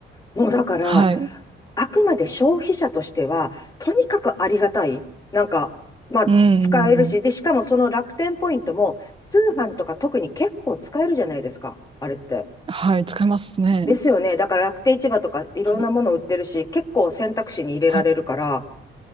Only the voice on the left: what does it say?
もうだから、
あくまで消費者としては、とにかくありがたい。なんか、まあ、
使えるし、で、しかもその楽天ポイントも、通販とか特に結構使えるじゃないですか、あれって。
ですよね。だから楽天市場とかいろんなもの売ってるし、
結構選択肢に入れられるから